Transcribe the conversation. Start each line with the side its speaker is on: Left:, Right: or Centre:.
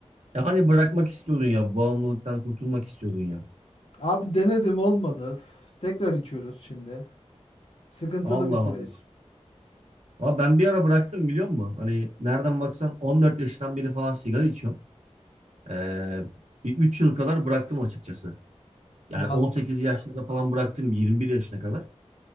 Right: Ya hani bırakmak istiyordun ya. Bağımlılıktan kurtulmak istiyordun ya.
Left: Abi denedim olmadı. Üf, Tekrar içiyoruz şimdi. Sıkıntılı
Right: Allah
Left: bir süreç.
Right: Allah. Ama ben bir ara bıraktım biliyor musun? Hani nereden baksan 14 yaşından beri falan sigara içiyorum. Ee, bir 3 yıl kadar bıraktım açıkçası.
Left: Vallahi.
Right: Yani 18 yaşlarında falan bıraktım 21 yaşına kadar.